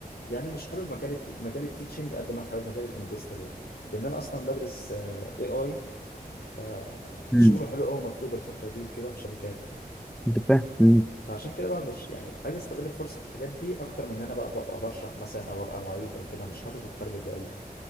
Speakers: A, on the left; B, in the centre.
A: يعني مش حابب مجال الت... مجال التيتشنج قد ما أنا حابب مجال الاندستريال لأن أنا أصلا بدرس اي اي فشغله
B: مم.
A: حلو أوي مطلوب الفترة دي وكده في شركات
B: انت فاهم مم.
A: فعشان كده بقى مش يعني عايز استغل الفرصة في الحاجات دي أكتر من إن أنا بقى ببقى بشرح مثلا أو أبقى معيد أو كده مش حاطط التارجت ده أوي